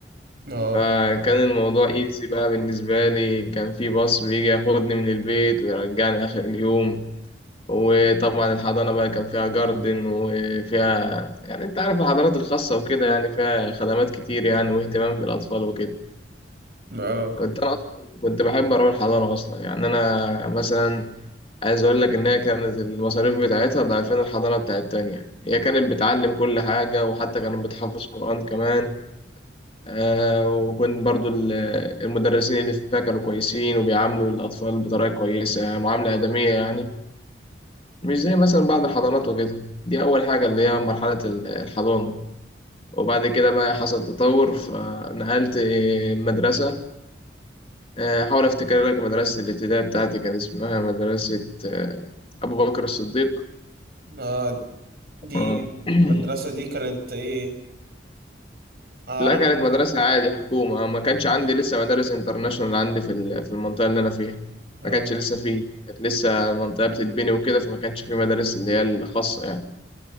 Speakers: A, on the right (about 60°); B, on the left (about 30°).
A: اه
B: فكان الموضوع ايزي بقى بالنسبه لي كان في باص بيجي ياخدني من البيت ويرجعني اخر اليوم وطبعا الحضانه بقى كان فيها جاردن وفيها يعني انت عارف الحضانات الخاصه وكده يعني فيها خدمات كتير يعني واهتمام بالاطفال وكده
A: اه
B: كنت انا اصلا كنت بحب اروح الحضانه اصلا يعني انا مثلا عايز اقول لك ان هي كانت المصاريف بتاعتها ضعفين الحضانه بتاعت التانية هي كانت بتعلم كل حاجه وحتى كانت بتحفظ قران كمان آه وكنت برضو ال- المدرسين اللي فيها كانوا كويسين وبيعاملوا الاطفال بطريقه كويسه معامله ادميه يعني مش زي مثلا بعض الحضانات وكده دي اول حاجه اللي هي مرحله ال- الحضانه وبعد كده بقى حصل تطور فنقلت مدرسه آه، حاول افتكر لك مدرسة الابتدائي بتاعتي كان اسمها مدرسة آه، ابو بكر الصديق
A: اه دي
B: آه. <clears throat>
A: المدرسه دي كانت ايه عربي
B: لا كانت مدرسة عادي حكومة ما كانش عندي لسه مدارس انترناشونال عندي في ال- في المنطقة اللي أنا فيها
A: اه
B: ما كانش لسه فيه كانت لسه المنطقة بتتبني وكده فما كانش في مدارس اللي هي الخاصة يعني